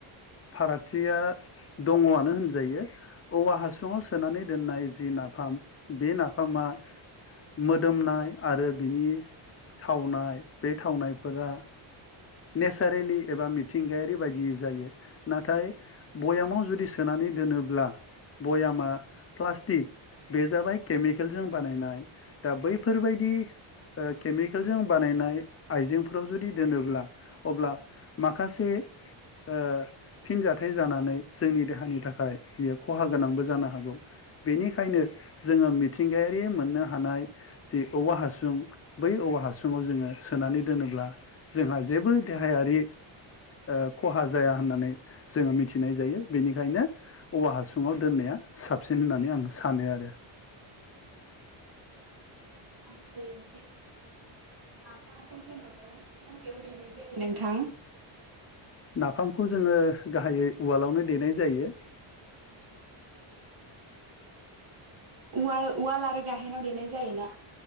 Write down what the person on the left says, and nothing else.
फारागथिया दङ'आनो होनजायो औवा हासुङाव सोनानै दोननाय जि नाफाम बे नाफामा मोदोमनाय आरो बिनि थावनाय बे थावनायफोरा नेचारेलि एबा मिथिंगायारि बायदियो जायो नाथाय बयामाव जुदि सोनानै दोनोब्ला भयामा प्लास्टिक बे जाबाय केमिकेलजों बानायनाय दा बैफोरबायदि केमिकेलजों बानायनाय आइजेंफोराव जुदि दोनोब्ला अब्ला माखासे ओ फिन जाथाइ जानानै जोंनि देहानि थाखाय बियो खहा गोनांबो जानो हागौ। बेनिखायनो जोङो मिथिंगायारि मोननो हानाय जे औवा हासुं बै औवा हासुङाव जोङो सोनानै दोनोब्ला जोंहा जेबो देहायारि ओ खहा जाया होननानै जोङो मिथिनाय जायो। बेनिखायनो औवा हासुङाव दोननाया साबसिन होननानै आं सानो आरो।
नाफामखौ जोङो गाहायै उवालावनो देनाय जायो।